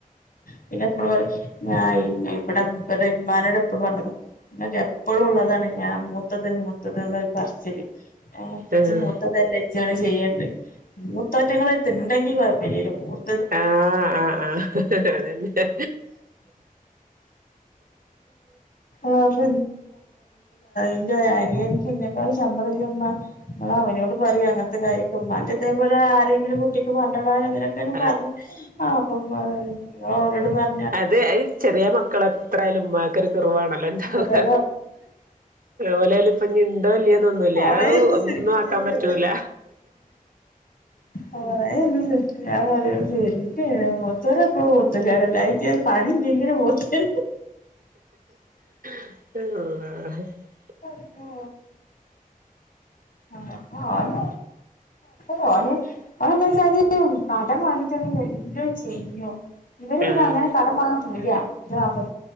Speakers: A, on the left; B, on the right.
A: പിന്നെ എപ്പളും പറിം ഞ ഇവിടെ മ്മാനോട് എപ്പ പറഞ്ഞേക്ക ങ്ങക്ക് എപ്പളുള്ളതാണ് ഞാൻ മൂത്ത മൂത്തത് മൂത്തത് ന്ന പറച്ചില് ആ
B: ആഹ്
A: ജ് മൂത്തതല്ലേ ജാണ് <unintelligible> മൂത്തോറ്റേങ്ങളെട്ത്തിണ്ടെങ്കി കൊയ്പ്പില്ലല്ലോ
B: ആഹ് ആഹ് ആഹ് അതന്നെ
A: ആഹ് ഇൻ്റെ അനിയൻക്ക് ഇന്നെക്കാളും ശമ്പളമില്ലെമ്മ ഇങ്ങളവനോട് പറയി അങ്ങൻത്തെ കാര്യക്കെ ഇമ്മാന്റെതേപോലെ ആരെങ്കിലും കുട്ടിക്ക് പണ്ട ഇങ്ങനൊക്കെ
B: ആഹ്
A: പർഞ്ഞ് ആഹ് അപ്പം ഇങ്ങളോനോട് പർ
B: അതെ അ ചെറിയ മക്കളത്ര ന്തായാലും ഉമ്മാക്കൊര് കിർവാണല്ലോ ഇണ്ടാവാ
A: അതെ
B: ഓലേല് ഇപ്പൊഞ്ഞ് ഇണ്ടോല്ല്യേന്ന് ഒന്നുല്ല
A: കൊറേ
B: ആ
A: ഇരുന്ന്
B: ഒന്നും
A: ചിരിക്കും
B: ആക്കാൻ
A: ചെയ്യും
B: പറ്റൂല
A: കൊറേ ഇരുന്ന് ചിരിക്കും ഞാൻ പറയും ശെരിക്കും എങ്ങനെയാ മുത്തോര് എപ്പളും മൂത്തോരാണ് അയിഞ്ഞ് പണി ഇല്ലെങ്കിലും മൂത്തോര്
B: <unintelligible>
A: ആ ഓ ആ ഓന് തോന്നിയ ഓന് ഓനെന്താച്ചാല് കടം വാങ്ങിട്ടാണെങ്കി എല്ലോം ചെയ്യും ഇവര് പിന്നെ
B: ആഹ്
A: അങ്ങനെ കടം വാങ്ങാൻ പേടിയാ ന്റെ വാപ്പ